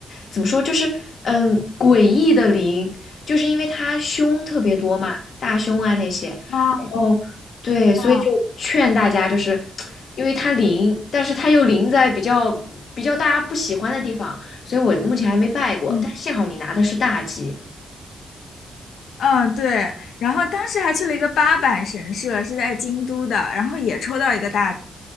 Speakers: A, on the left; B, on the left.
A: 怎么说，就是嗯，诡异的灵，就是因为它凶特别多嘛，大凶啊那些。然
B: 啊
A: 后，对，所以就劝大家，
B: 啊，
A: 就是因为它灵，但是它又灵在比较比较大家不喜欢的地方，所以我目前还没拜过。
B: 嗯。
A: 但幸好你拿的是大吉，
B: 嗯，对，然后当时还去了一个八坂神社，是在京都的，然后也抽到一个大吉，